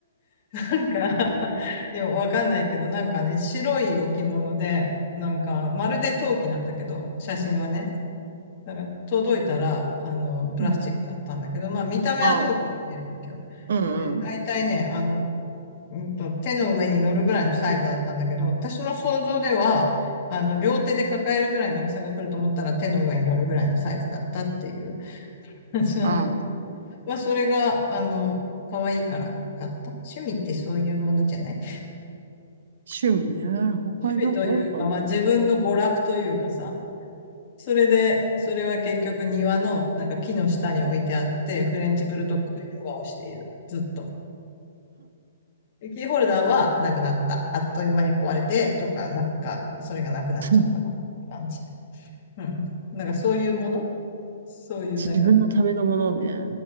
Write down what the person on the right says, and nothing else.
うん。
ああ、うんうん。
ああ、
趣味ね。他になんかあるかな。
<laughs>
自分のためのものね。